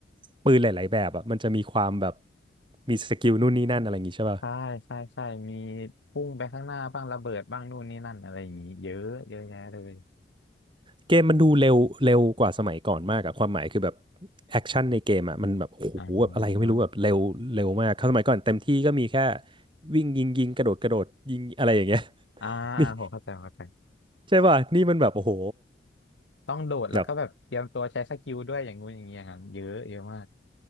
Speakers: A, on the right (about 25°); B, on the left (about 80°).
A: ปืนหลายๆแบบอ่ะมันจะมีความแบบมีสกิลนู่นนี่นั่นอะไรอย่างงี้ใช่ป่ะ
B: ใช่ใช่ใช่มีพุ่งไปข้างหน้าบ้างระเบิดบ้างนู่นนี่นั่นอะไรอย่างงี้เยอะเยอะแยะเลย
A: เกมมันดูเร็วเร็วกว่าสมัยก่อนมากอะความหมายคือแบบแอคชั่นในเกมอ่ะมันแบบโอ้โหแบบอะไรก็ไม่รู้แบบเร็วเร็วมากครั้สมัยก่อนเต็มที่ก็มีแค่
B: อ่า
A: วิ่งยิงยิงกระโดดกระโดดยิงอะไรอย่างเงี้ย
B: อ่า
A: <laughs> นี่
B: ผมเข้าใจผมเข้าใจ
A: ใช่ป่ะนี่มันแบบโอ้โห
B: ต้องโดดแล้วก็แบบเตรียมตัวใช้สกิลด้วยอย่างงู้นอย่างเงี้ยครับเยอะเยอะมาก
A: แบบ